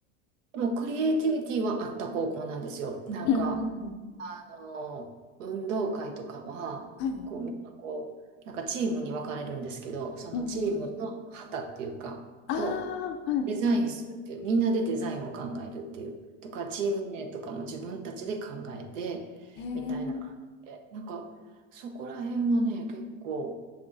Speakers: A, on the right (about 80°); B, on the left (about 30°).
A: でもクリエイティビティはあった高校なんですよ。
B: <laughs>
A: なんか、
B: うんうんうん。
A: あの、運動会とかは、
B: はい。
A: こう、みんなこう、なんかチームに分かれるんですけど、そのチームの旗っていうか、
B: うんうん。ああ、
A: を
B: はい。
A: デザインするっていう、みんなでデザインを考えるっていう、とか、チーム名とかも自分たちで考えて、
B: へえー
A: みたいな感じで、なんか、そこら辺はね、結構、